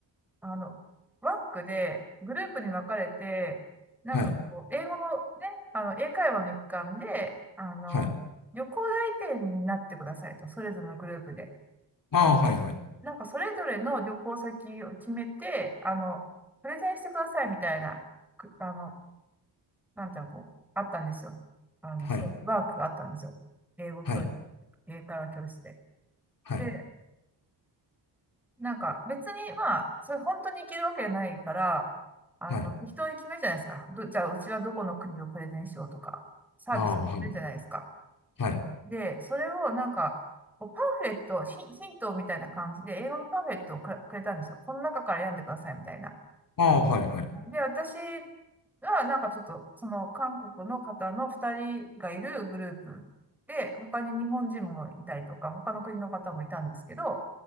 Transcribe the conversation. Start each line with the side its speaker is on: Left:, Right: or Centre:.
Centre: う、あの、ワークでグループに分かれて、なんかこう、
Left: はい。
Centre: 英語のね、あの、英会話の一環で、あの、
Left: はい。
Centre: 旅行代理店になってくださいと、それぞれのグループで。
Left: ああ、はい、
Centre: でなんかそれぞれの旅行先を決めて、
Left: はい。
Centre: あの、プレゼンしてくださいみたいな、くあの、なんていうの、こう、あったんですよ。あの、
Left: はい。
Centre: そういうワークがあったんですよ。英語教室、
Left: はい。
Centre: 英会話教室で。
Left: はい。
Centre: でなんか別にまあ、それ本当にいけるわけじゃないから、あの、
Left: はい。
Centre: 適当に決めるじゃないですか。ど、じゃあうちはどこの国をプレゼンしようとか、サービス決めるじゃないですか。
Left: ああ、はい。はい。
Centre: で、それをなんか、こうパンフレット、ヒ、ヒントみたいな感じで、英語のパンフレットをくれ、くれたんですよ。この中から選んでくださいみたいな。
Left: ああ、はい、はい。
Centre: で、私はなんかちょっと、その韓国の方の2人がいるグループで、他に日本人もいたりとか、他の国の方もいたんですけど、